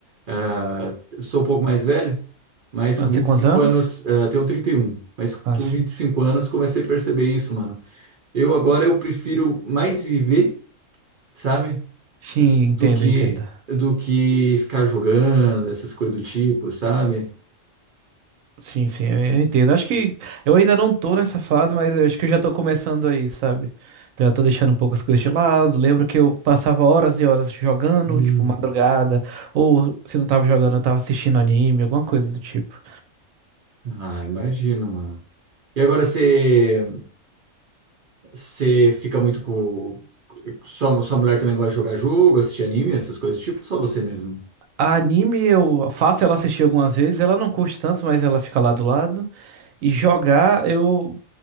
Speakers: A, on the right (about 55°); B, on the right (about 85°).
A: Ah, eu sou um pouco mais velho, mas
B: Ah,
A: com
B: Você
A: vinte
B: tem quantos
A: e cinco
B: anos?
A: anos, ah, tenho 31. mas com
B: Ah, sim.
A: 25 anos comecei a perceber isso, mano. Eu agora eu prefiro mais viver, sabe?
B: Sim, entendo,
A: do que
B: entendo.
A: do que ficar jogando, essas coisas do tipo, sabe?
B: Sim, sim, eu eu entendo. Acho que eu ainda não tô nessa fase, mas eu acho que eu já tô começando aí, sabe? Já tô deixando um pouco as coisas de lado. Lembro que eu passava horas e horas jogando,
A: Hum.
B: tipo, madrugada, ou se não tava jogando, eu tava assistindo anime, alguma coisa do tipo.
A: Ah, imagino, mano. E agora você você fica muito com sua, sua mulher também gosta de jogar jogo, assistir anime, essas coisas do tipo, ou só você mesmo?
B: A anime eu faço ela assistir algumas vezes, ela não curte tanto, mas ela fica lá do lado. E jogar, eu